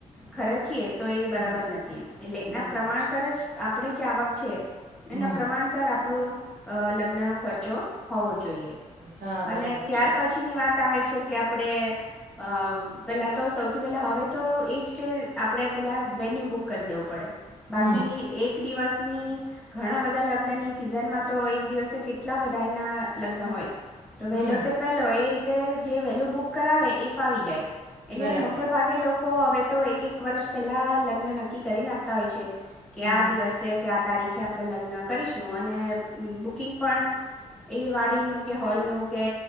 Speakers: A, in the centre; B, on the right (about 80°).
A: ખર્ચીએ તો એ બરાબર
B: હમ
A: નથી એમ. ટલે એના
B: બરાબર
A: પ્રમાણસર
B: છે
A: જ આપડે જે આવક છે
B: હમ
A: એના પ્રમાણસર આપડું અ લગ્નનુ ખર્ચો હોવો જોઈએ
B: હા
A: અને
B: બરાબર
A: ત્યાર
B: છે
A: પછીની વાત બતાવે છે કે આપડે અ પેલાં તો સૌથી પહેલાં હવે તો એ જ કે આપડે પહેલાં વેન્યુ બુક કરી દેવુ પડે બાકી
B: હમ
A: એક દિવસની ઘણા બધા લગ્નની સિઝનમાં તો એક દિવસે કેટલા બધાયનાં લગ્ન હોય તો વહેલો
B: હમ
A: તે પેહલો એ રીતે તે જે વેહલુ બુક કરાવે એ ફાવી જાય એટલે
B: બરાબર
A: મોટે ભાગે લોક કો અવે તો એક એક વર્ષ પહેલા લગ્ન નક્કી કરી નાંખ તા હોય છે કે
B: હમ
A: આ દિવસે કે આ તારીખે આપણે લગ્ન કરીશું અને બુકિંગ પણ એ વાડીનું કે હોૉલનું કે